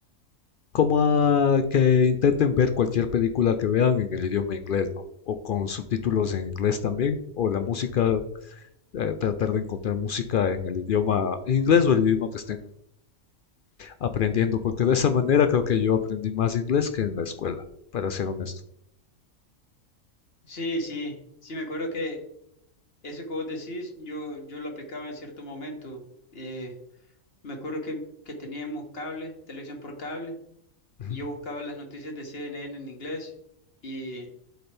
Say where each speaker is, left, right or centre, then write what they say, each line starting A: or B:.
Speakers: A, on the left; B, on the left.
A: como a que intenten ver cualquier película que vean en el idioma inglés, ¿no? O con subtítulos en inglés también, o la música, eh, tratar de encontrar música en el idioma inglés o el idioma que estén aprendiendo, porque de esa manera creo que yo aprendí más inglés que en la escuela, para ser honesto.
B: Sí, sí, sí, me acuerdo que eso que vos decís, yo, yo lo aplicaba en cierto momento. Eh, me acuerdo que, que teníamos cable, televisión por cable,
A: Ujú.
B: y yo buscaba las noticias de CNN en inglés y